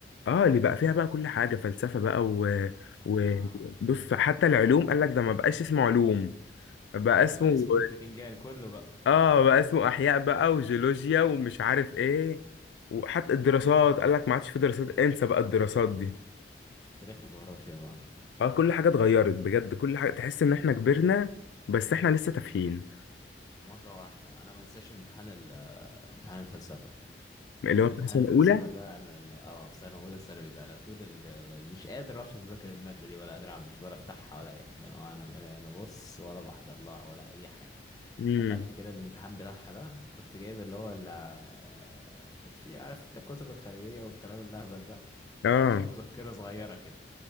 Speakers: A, on the left; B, on the left.
A: اه اللي بقى فيها بقى كل حاجة فلسفة بقى و... و...
B: اه
A: بص حتى العلوم قال لك ده ما بقاش اسمه علوم بقى اسمه
B: بقى اسمه البتنجان كله بقى
A: اه بقى اسمه احياء بقى وجيولوجيا ومش عارف ايه وحتى الدراسات قال لك ما عادش في دراسات انسى بقى الدراسات دي
B: تاريخ وجغرافيا بقى
A: اه كل حاجة اتغيرت بجد كل حاجة تحس ان احنا كبرنا بس احنا لسه تافهين
B: مره واحده انا ما انساش امتحان ال... امتحان الفلسفه
A: اللي هو
B: امتحان
A: بتاع سنة
B: الفلسفة
A: اولى
B: ده أنا أنا- اه في سنة أولى ثانوي ده أنا طول ال... مش قادر أصلا أذاكر المادة دي ولا قادر أعمل فيها ولا أفتحها ولا أي حاجة أنا أنا أنا بص ولا بحضر لها ولا أي حاجة
A: امم
B: دخلت كده الامتحان بتاعها ده كنت جايب اللي هو اللي... كان فيه عارف أنت الكتب الخارجية والكلام الأهبل ده
A: اه
B: كنت فيه مذكرة صغيرة كده